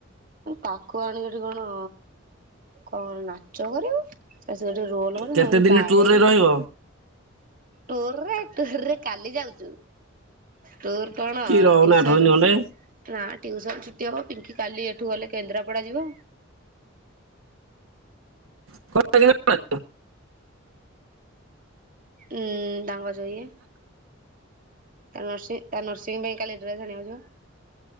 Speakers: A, on the right (about 45°); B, on the right (about 85°).
A: ତାକୁ ଆଣିକି ଏଠି କ'ଣ, କ'ଣ ନାଚ କରିବି। ଆସି ଏଠି ରୋଲ କରୁଛନ୍ତି
B: କେତେ
A: ମୁଁ କହିଲି
B: ଦିନ
A: ବାଡେଇବି।
B: ଟୁର ରେ ରହିବ?
A: ଟୁରେ, ଟୁରେ କାଲି ଯାଉଛୁ। ଟୁର୍ କ'ଣ
B: କି ରହୁନ
A: ଟିଉ
B: ଆଠ
A: ସନ୍।
B: ଦିନ ଖଣ୍ଡେ
A: ନା ଟିଉସନ ଛୁଟି ହବ ପିଙ୍କି କାଲି ଏଠୁ ଗଲେ କେନ୍ଦ୍ରାପଡା ଯିବ।
B: <unintelligible>
A: ଉଁ ତାଙ୍କ ଯୋଉଁ ଇଏ। ତା ନର୍ସିଂ ତା ନର୍ସିଂ ପାଇଁ କାଲି ଡ୍ରେସ୍ ଆଣିବାକୁ ଯିବ।